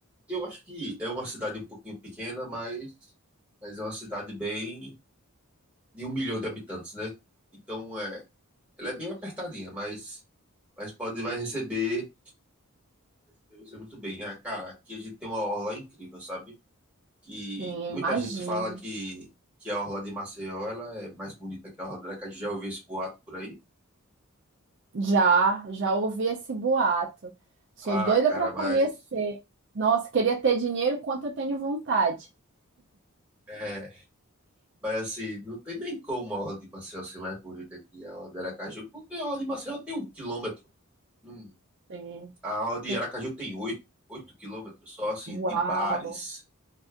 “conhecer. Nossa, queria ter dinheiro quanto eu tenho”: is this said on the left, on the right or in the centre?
Right